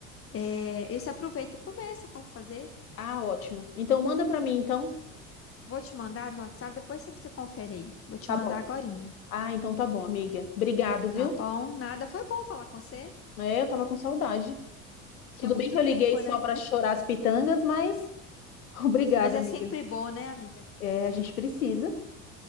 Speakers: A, on the left; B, on the left.
A: É, e você aproveita e começa a faz- fazer.
B: Ah, ótimo. Então manda para mim, então.
A: Vou te mandar no WhatsApp, depois você que você confere aí. Vou te
B: Tá
A: mandar
B: bom.
A: agorinha,
B: Ah, então tá bom, amiga. Obrigado, viu?
A: tá bom? Nada, foi bom falar com você.
B: É, eu tava com saudade.
A: Tinha
B: Tudo
A: muito
B: bem que eu
A: tempo,
B: liguei só
A: né?
B: para chorar as pitangas, mas <laughs> obrigada,
A: Mas é
B: amiga.
A: sempre bom, né, amiga?
B: É, a gente precisa.